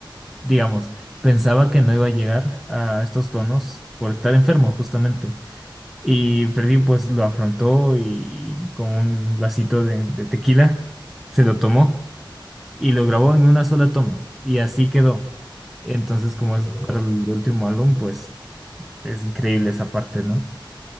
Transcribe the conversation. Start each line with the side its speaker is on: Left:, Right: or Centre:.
Centre: digamos, pensaba que no iba a llegar a estos tonos por estar enfermo, justamente. Y Freddie pues lo afrontó y, y con un vasito de de tequila se lo tomó y lo grabó en una sola toma y así quedó. Entonces, como
Left: Y
Centre: es
Left: lo logró.
Centre: para el último álbum, pues es increíble esa parte, ¿no?